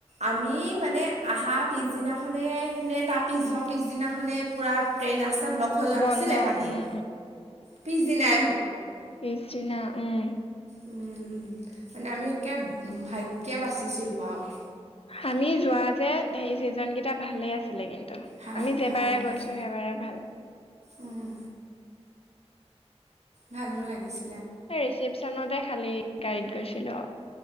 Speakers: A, on the right; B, on the left.
A: আমি মানে আহা পিছদিনাখনে নে তাৰ পিছ
B: উম
A: হওঁ পিছদিনাখনে পুৰা ট্ৰেইন ৰাস্তা ব্লক হৈ যোৱা
B: বন্ধ
A: নাছিলে পানীয়ে।
B: উম
A: পিছ দিনাই।
B: এইচ ন উম।
A: উম, মানে আমি একে ভাগ কে বাচিছিলোঁ আৰু।
B: আমি যোৱা যে সেই ছিজনকেইটা ভালেই আছিলে কিন্তু।
A: ভাল
B: আমি যেবাৰে
A: ভাল
B: গৈছো
A: ভাল
B: সেইবাৰে ভাল।
A: উম, ভালো লাগিছে।
B: এই ৰিচিপচনতে খালি গাড়ীত গৈছিলোঁ।